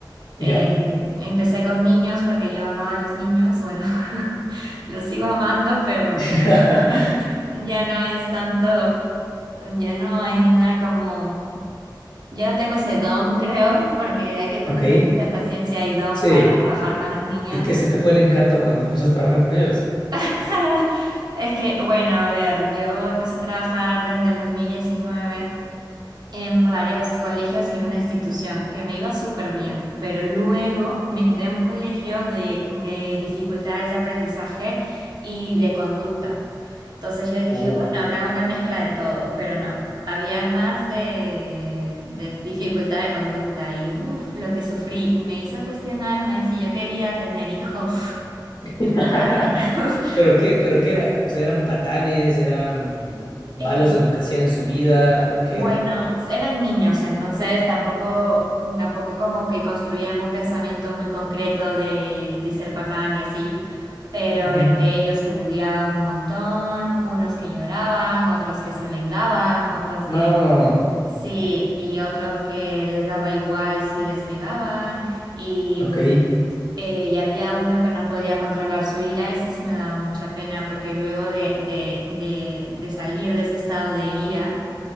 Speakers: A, on the right; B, on the left.
A: Eh,
B: Ya.
A: empecé con niños porque yo amaba a los niños, bueno, <laughs> los sigo amando, pero
B: <laughs>
A: pues <laughs> ya no es tanto, ya no hay una como, ya no tengo ese don, creo, porque hay que tener
B: Ok,
A: mucha paciencia y don
B: sí.
A: para trabajar con los niños.
B: ¿Y que se te fue el encanto cuando empezaste a trabajar con ellos?
A: <laughs> Es que, bueno, a ver, yo empecé a trabajar desde el 2019 en varios colegios y una institución que me iba súper bien, pero luego me entré a un colegio de, de dificultades de aprendizaje y de conducta. Entonces yo dije,
B: Oh.
A: bueno, habrá una mezcla de todo, pero no. Habían más de, de dificultad de conducta y uff, lo que sufrí me hizo cuestionarme si yo quería tener hijos.
B: <laughs>
A: <laughs>
B: ¿Pero qué? ¿Pero qué era? O sea, ¿eran patanes? ¿Eran malos
A: Eh,
B: de lo que hacían en su vida? ¿Qué
A: Bueno,
B: eran?
A: eran niños, entonces tampoco, tampoco como que construían un pensamiento muy concreto de, de ser patán y así, pero
B: Ujú.
A: entre ellos se bulleaban un montón, unos que lloraban, otros que se vengaban, otros
B: No,
A: que sí, y otros que les daba igual si les pegaban, y,
B: ok.
A: mm, eh, y había uno que no podía controlar su ira, ese sí me daba mucha pena, porque luego de, de, de de salir de ese estado de ira,